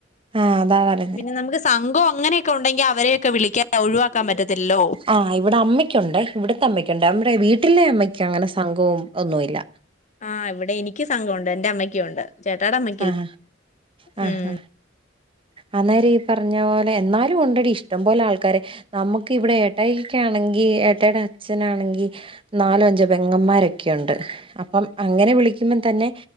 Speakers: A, on the right; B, on the left.
A: ആ അതാ പറഞ്ഞെ.
B: പിന്നെ നമുക്ക് സംഘം അങ്ങനെയൊക്കെണ്ടെങ്കി അവരെയൊക്കെ വിളിക്കാ ഒഴിവാക്കാൻ പറ്റത്തില്ലല്ലോ
A: ആഹ് ഇവിടെ അമ്മയ്ക്കുണ്ട് ഇവിടത്തെ അമ്മയ്ക്കുണ്ട് നമ്മടെ വീട്ടിലെ അമ്മയ്ക്ക് അങ്ങനെ സംഘവും ഒന്നുല്ല
B: ആഹ് ഇവിടെ എനിക്ക് സംഘംണ്ട് എന്റെ അമ്മയ്ക്കുണ്ട് <unintelligible>
A: ആഹ് ആഹാ
B: ഉം
A: അന്നേര ഈ പറഞ്ഞ പോലെ എന്നാലും ഉണ്ടടി ഇഷ്ടം പോലെ ആൾക്കാരെ നമക്ക് ഇവിടെ ഏട്ടായിക്കെ ആണെങ്കിൽ ഏട്ടായിടെ അച്ഛനാണെങ്കി നാലോ അഞ്ചോ പെങ്ങന്മാരൊക്കെയുണ്ട് അപ്പം അങ്ങനെ വിളിക്കുമ്പ തന്നെ